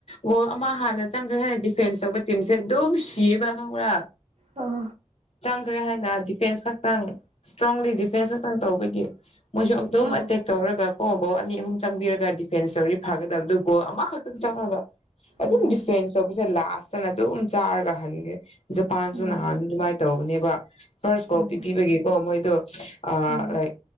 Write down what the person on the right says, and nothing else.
ꯑ
ꯑꯧ
ꯎꯝ
ꯎꯝ
ꯎꯝ
ꯎꯝ